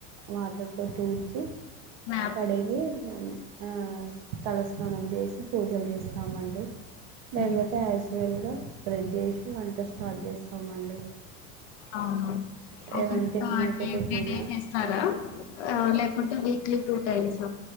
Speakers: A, on the right (about 40°); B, on the left (about 50°).
A: వాటర్ తో తుడిచి
B: మ
A: కడిగి ఆ తలస్నానం చేసి పూజలు చేస్తామండి లేకపోతే
B: మ్మ్
A: ఐస్వేల్గా బ్రష్ చేసి వంట స్టార్ట్ చేస్తామండి
B: అవును ఓకే
A: ఏమైనా
B: మీకు
A: టిఫిన్
B: అంటే
A: అయితే టిఫిన్
B: ఎవ్రీ డే చేస్తారా లేకపోతే విక్ క్లీ టూ టైమ్స్